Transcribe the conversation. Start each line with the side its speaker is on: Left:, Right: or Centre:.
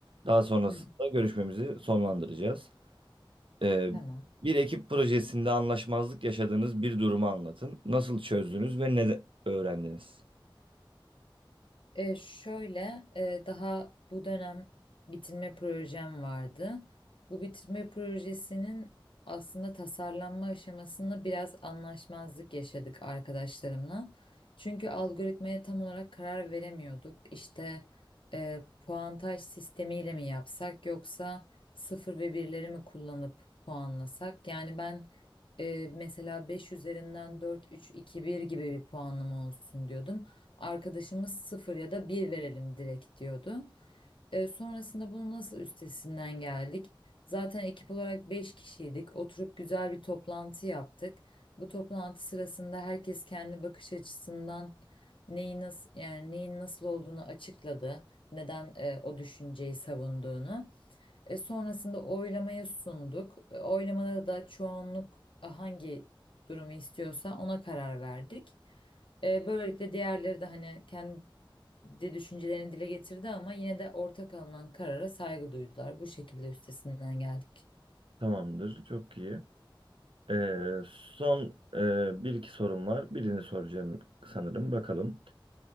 Right: Daha sonrasında
Left: hı hı.
Right: görüşmemizi sonlandıracağız. E,
Left: Tamam.
Right: bir ekip projesinde anlaşmazlık yaşadığınız bir durumu anlatın. Nasıl çözdünüz ve ne de- öğrendiniz?
Left: E, şöyle e, daha bu dönem bitirme projem vardı. Bu bitirme projesinin aslında tasarlanma aşamasında biraz anlaşmazlık yaşadık arkadaşlarımla. Çünkü algoritmaya tam olarak karar veremiyorduk. İşte e, puantaj sistemiyle mi yapsak yoksa sıfır ve birleri mi kullanıp puanlasak? Yani ben ee, mesela 5 üzerinden dört, üç, iki, bir gibi bir puanlama olsun diyordum. Arkadaşımız sıfır ya da bir verelim direkt diyordu. Ee, sonrasında bunu nasıl üstesinden geldik? Zaten ekip olarak 5 kişiydik. Oturup güzel bir toplantı yaptık. Bu toplantı sırasında herkes kendi bakış açısından neyi nasıl yani neyin nasıl olduğunu açıkladı. Neden e, o düşünceyi savunduğunu. E, sonrasında oylamaya sunduk. E, oylamada da çoğunluk e, hangi durumu istiyorsa ona karar verdik. E, böylelikle diğerleri de hani kendi düşüncelerini dile getirdi ama yine de ortak alınan karara saygı duydular. Bu şekilde üstesinden geldik.
Right: Tamamdır, çok iyi. Ee, son e, bir iki sorum var. Birini soracağım sanırım. Bakalım.